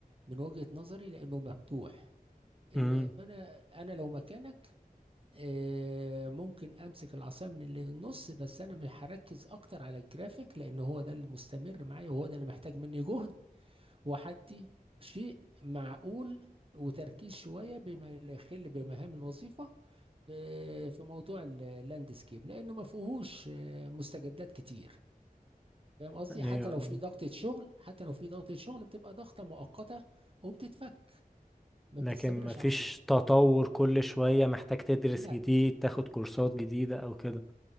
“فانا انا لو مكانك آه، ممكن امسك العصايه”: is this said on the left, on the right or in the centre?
Right